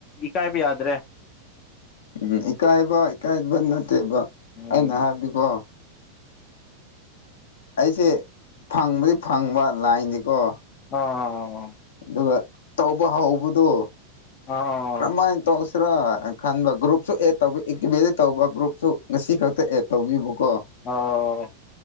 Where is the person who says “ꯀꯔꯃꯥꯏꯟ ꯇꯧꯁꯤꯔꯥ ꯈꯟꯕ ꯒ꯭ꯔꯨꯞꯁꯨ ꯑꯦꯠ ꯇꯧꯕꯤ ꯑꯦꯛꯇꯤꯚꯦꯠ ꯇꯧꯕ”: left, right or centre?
Left